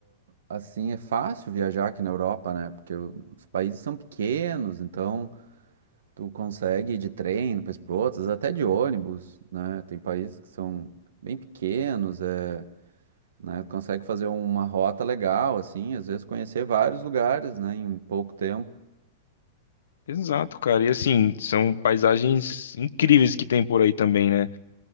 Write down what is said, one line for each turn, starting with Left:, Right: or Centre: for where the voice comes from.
Right: assim é fácil viajar aqui na Europa, né? Porque os países são pequenos, então tu consegue ir de trem, depois para outros, até de ônibus, né? Tem países que são bem pequenos, é, né? Tu consegue fazer uma rota legal, assim, às vezes conhecer vários lugares, né, em pouco tempo.
Left: Exato, cara. E assim, são paisagens incríveis que tem por aí também, né?